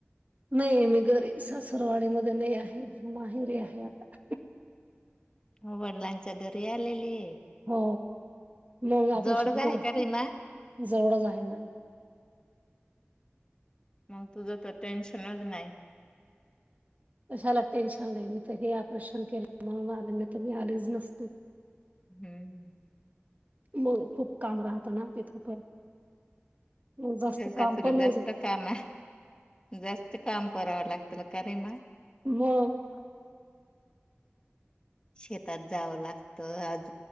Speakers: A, on the right (about 40°); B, on the left (about 20°).
A: नाही आहे मी घरी सासरवाडी मध्ये नाही आहे माहेरी आहे आता
B: हो वडलांच्या घरी आलेली आहे
A: हो मग ऑपरेशन
B: जवळच आहे
A: जवढंच
B: का रीमा
A: आहे ना
B: मग तुझं तर टेन्शनच नाही
A: कशाला टेन्शन नाही मी तर हे ऑपरेशन केलं म्हणून आले नाही तर मी आलेच नसते
B: हम्म
A: मग खूप काम राहतं ना तिथं पण जास्त
B: तुझ्या सासरे
A: काम पण नाही
B: जास्त काम आहे जास्त काम करावं लागत काे म
A: मग
B: शेतात जावं लागतं आज